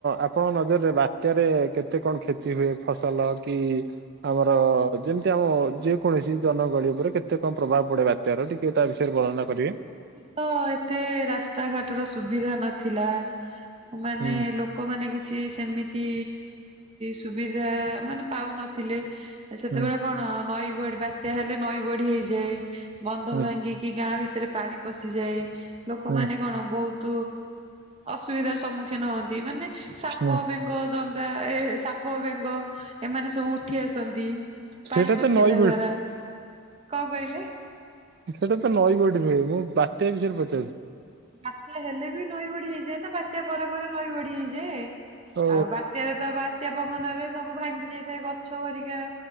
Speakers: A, on the right; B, on the right.
A: ଆପଣଙ୍କ ନଜରରେ ବାତ୍ୟାରେ କେତେ କଣ କ୍ଷତି <unintelligible> ଫସଲ କି ଆମର ଯେମିତି ଆମ ଯେ କୌଣସି ଜନଗହଳି ଉପରେ କେତେ କଣ ପ୍ରଭାବ ପଡେ ବାତ୍ୟା ତେର ଟିକିଏ ତା ବିଷୟରେ ବର୍ଣନା କରିବେ
B: ତ ଏତେ ରାସ୍ତାଘାଟର ସୁବିଧା ନଥିଲା ମାନେ
A: ହୁଁ
B: ଲୋକମାନେ କି ଛି ସେମିତି ସୁବିଧା ମାନେ ପାଉନଥିଲେ। ସେତେବେଳେ
A: ହୁଁ
B: କଣ ନଈ ବଡି ବାତ୍ୟା ହେଲେ ନଈ ବଢି ହେଇଯାଏ ବନ୍ଧ
A: ହୁଁ
B: ଭାଙ୍ଗି କି ଗାଁ ଭିତରେ ପାଣି ପଶିଯାଏ ଲୋକମାନେ
A: ହୁଁ
B: କଣ ବହୁତ ଅସୁବିଧାର ସମ୍ମୁଖୀନ ହୁଅନ୍ତି ମାନେ ସାପ
A: ହୁଁ
B: ବେଙ୍ଗ ଜନ୍ ଏ ସାପ ବେଙ୍ଗ ଏମାନେ ସବୁ ଉଠି ଆସନ୍ତି। ପାଣି
A: ସେଇଟା
B: ପଶିଲା
A: ତ ନଈ
B: ଦ୍ଵାରା କଣ କହିଲେ?
A: ସେପଟେ ତ ନଈ ବଢି ହୁଏ ମୁଁ ବାତ୍ୟା ବିଷୟରେ ପଚାରଛିି
B: ବାତ୍ୟା ହେଲେ ବି ନଈ ବଢି ହେଇଯାଏ ନା ବାତ୍ୟା ପରେ ପରେ ନଈ ବଢି ହେଇଯାଏ।
A: ଓ
B: ଆଉ ବାତ୍ୟାରେ ତ ବାତ୍ୟା ପବନରେ ସବୁ ଭାଙ୍ଗି ଯାଇଥାଏ ଗଛ ଭରିକା